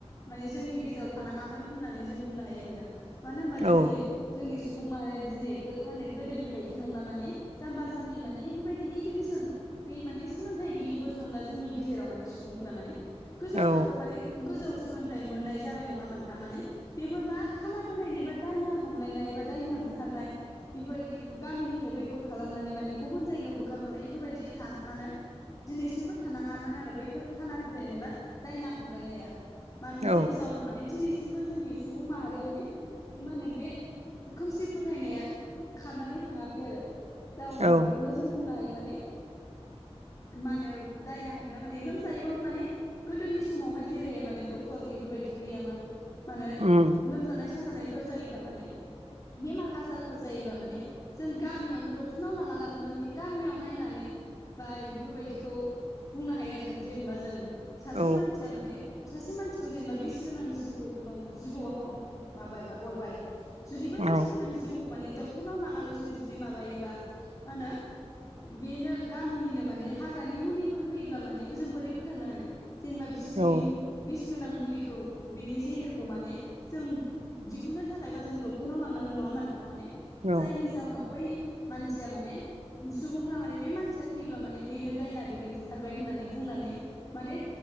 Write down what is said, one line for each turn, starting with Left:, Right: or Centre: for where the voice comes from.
Left: माने जोंनि गेजेराव थानाङामोन होननानै जों बुंनो हायो नोंथां मानो होनोबा जोंनि
Right: औ
Left: जोंनि सुबुं माहारिया दिनै माने गोदोनि बायदि नंला माने जाम्बा जाम्बि मानि इफोरबायदि इडुकेसन गै माने सोलोंथाइ गैयिबो नंला जोंनि गेजेराव माने सुबुंफोरा माने गोजौ
Right: औ
Left: थाखोआव माने गोजौ सोलोंथाइ मोननाय जाबाय नंङा होमब्ला नोंथां माने बेफोर मा खाना फोथायनाय बा दायना हमलायनाय बा दायनिया बुथारनाय बेफोरबायदि गामिनिफ्राय बैकत खालामनानै माने गुबुन जायगायाव होखारहरनाय बेफोरबायदि थानो माने दिनैसिमबो थानाङामोन आरो बैफोर खाना फोथायनाय बा दायना हमलायनाया मानो जायनि
Right: औ
Left: जाउनाव माने दिनैसिमबो जोंनि सुबुं माहारिया माने मा होनो बे खोमसि फोथायनाया खारनानै थाङाखै आरो जाउनाव
Right: औ
Left: बेखौनो जों बुंनो हायो माने।
Right: <inaudible>
Left: मा होनो दायना हमनाय माने लोमजायोबाबो माने गोदोनि समावहाय जेरैहाय माने क्टर इफोरबायदि गैयामोन मानो
Right: उम
Left: लोमजानाय साजानायफोर जायोब्ला माने बेमार आजारफोर जायोब्ला माने जों गामियावनो डक्टरनाव लाङा लाबानो माने गामियाव नायनानै बा बेफोरबायदिखौ बुंनो हायो आरो जों जेनेबा जों सासे
Right: औ
Left: मानसिया माने सासे मानसि खौ जेनेबा बिस गोनां जिबौ जिबौआव ह माबा अरबाय जुदि बै
Right: औ
Left: बिस गोनां जिबौखौ माने डक्टरनाव लाङालासिनो जुदि माबायोब्ला मा होनो बेनो गामिनिनो माने हाग्रानि मुलिफोर होयोब्ला माने जों बोरै फोथांनो हानो जेनेबा बिस गैयि
Right: औ
Left: बिस गोनां मुलिखौ बिनि जेहेरखौ माने जों दिहुननो थाखायबा जों डक्टरनाव लांनांगोन नङा होमबा नोंथां ने
Right: औ
Left: जायनि जाउनाव बै मानसिया माने सुबुंफ्रा माने बे मानसिया थैयोब्ला माने बेनो दायना बेनो बुथारबाय होननानै बुंनानै माने